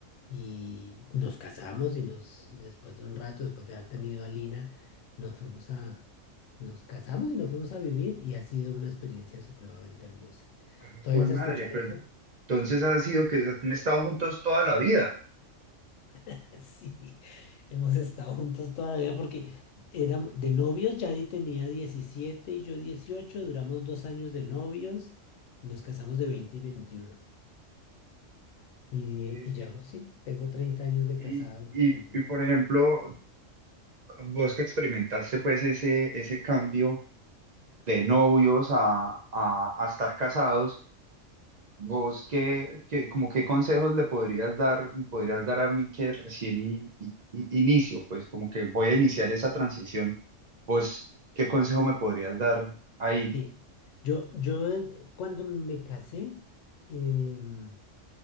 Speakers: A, on the left; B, on the right.
A: y nos casamos y nos, después de un rato, después de haber tenido a Lina, nos fuimos a, nos casamos y nos fuimos a vivir y ha sido una experiencia supremamente hermosa.
B: Ah,
A: ¿Todavía
B: jue
A: has
B: madre,
A: escuchado
B: pero
A: eso?
B: entonces ha sido que han estado juntos toda la vida.
A: <laughs> Sí, hemos estado juntos toda la vida porque éramos de novios, Yadi tenía 17 y yo 18. duramos dos años de novios y nos casamos de 20 y 21. Y,
B: Eh,
A: y ya, sí, tengo 30 años de
B: y,
A: casado.
B: y,
A: cumplí.
B: y, por ejemplo, vos que experimentaste pues ese, ese cambio de novios a, a a estar casados. Vos, qué, qué- como qué consejos le podrías dar, me podrías dar a mí que recién i- i- i- inicio, pues como que voy a iniciar esa transición. Vos, ¿qué consejo me podrías dar ahí?
A: Sí, yo, yo eh, cuando me casé em,